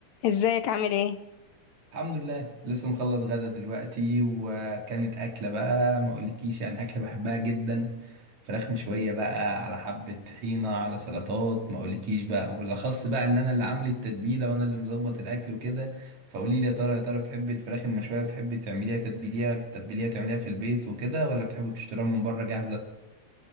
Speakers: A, on the left; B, on the right.
A: ازيك عامل ايه؟
B: الحمد لله لسه مخلص غدا دلوقتي وكانت أكلة بقى ما أقولكيش يعني أكلة بحبها جدا فراخ مشوية بقى على حبة طحينة على سلطات ما أقولكيش بقى وبالأخص بقى إن أنا اللي عامل التتبيلة وأنا اللي مظبط الأكل وكده فقولي لي يا ترى يا ترى بتحبي الفراخ المشوية بتحبي تعمليها تتبيليها بتتبيليها تعمليها في البيت وكده ولا بتحبي تشتريها من بره جاهزة؟